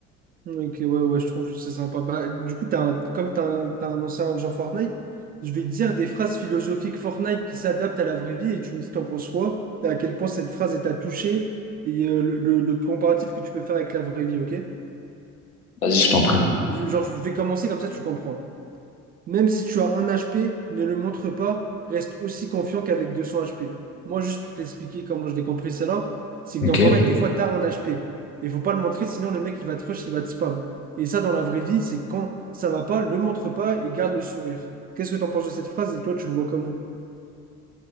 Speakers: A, on the right; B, on the left.
A: Ok, ouais, ouais, je trouve que c'est sympa. Bah, du coup, t'as un- comme t'as un, t'as un ancien joueur Fortnite, je vais te dire des phrases philosophiques Fortnite qui s'adaptent à la vraie vie et tu me dis t'en penses quoi, et à quel point cette phrase elle t'a touché et euh, le, le- le comparatif que tu peux faire avec la vraie vie, ok?
B: Vas-y, je t'en prie.
A: Je- Genre, je vais commencer comme ça, tu comprends. Même si tu as un HP, ne le montre pas, reste aussi confiant qu'avec 200 HP. Moi, juste pour t'expliquer comment je l'ai compris cela, c'est
B: Ok.
A: que dans Fortnite, des fois, t'as un HP. Il faut pas le montrer, sinon le mec, il va te rush, il va te spam. Et ça, dans la vraie vie, c'est quand ça va pas, le montre pas et garde le sourire. Qu'est-ce que t'en penses de cette phrase et toi, tu le vois comment?